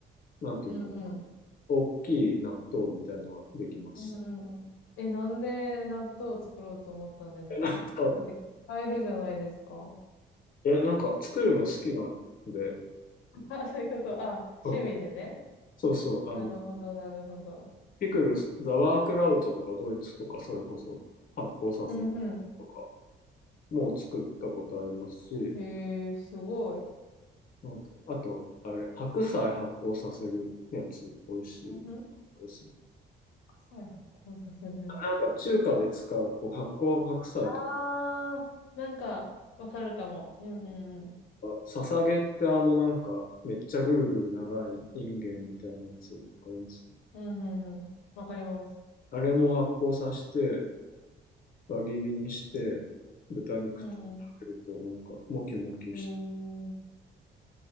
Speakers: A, on the left; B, on the left.
A: なんていうの
B: うんうん。
A: 大きい納豆みたいのができます。
B: うんうんうん。え、なんで納豆を作ろうと思ったんですかだって、
A: え、なんか、
B: 買えるじゃないですか。
A: え、なんか作るの好きなんで、
B: あ、そういうこと。あ、
A: そう
B: 趣味でね。
A: そうそう、あの、
B: なるほど、
A: うん
B: なるほど。
A: ピクルス、ザワークラウトとかドイツとかそれこそ発酵させる
B: うんう
A: とかもう作ったことありますし、
B: ん。へえ、すごい。
A: なんだろう、あと、あれ、白菜発酵させるやつ、美味しい
B: うんうん。
A: ですね。
B: 臭い発酵させるやつ。
A: なんか中華で使う、こう発酵白菜とか、
B: あー、なんか、わかるかも。うんうんうん。
A: ささげってあのなんかめっちゃぐるぐる長いインゲンみたいなやつ、わかります
B: うんうんうん。わかります。
A: あれも発酵させて、輪切りにして、豚肉と食べると、
B: うんう
A: なんか、もきもきして。
B: ん。へ